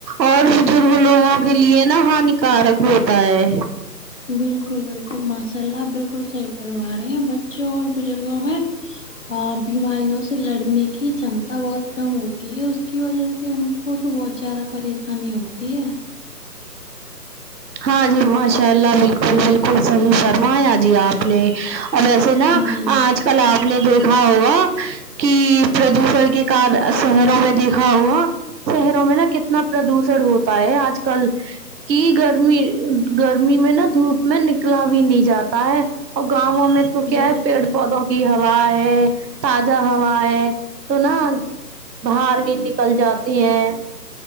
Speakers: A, on the right; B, on the left.
A: اور بزرگ لوگوں کے کے لیے نا ہانیکارک ہوتا ہے
B: بالکل بالکل ماشاء اللہ آپ بالکل صحیح فرما رہی ہیں بچوں اور بزرگوں میں بیماریوں سے لڑنے کی چمتا بہت کم ہوتی ہے اس کی وجہ سے ان وہ تو بہت زیادہ پریشانی ہوتی ہے
A: ہاں جی ماشاء اللہ بالکل بالکل صحیح فرمایا جی آپ نے اور ایسا سے نا
B: جی
A: آج کل آپ نے دیکھا ہوگا کہ پردوشن کے کار شہروں میں دیکھا ہوگا شہروں میں نا کتنا پردوشن ہوتا ہے آج کل کی گ گرمی گرمی میں نا دھوپ میں نکلا بھی نہیں جاتا ہے اور گاؤں میں تو کیا
B: بالکل
A: ہے پیڑ پودوں کی ہوا ہے تازہ ہوا ہے تو نا باہر بھی نکل جاتی ہیں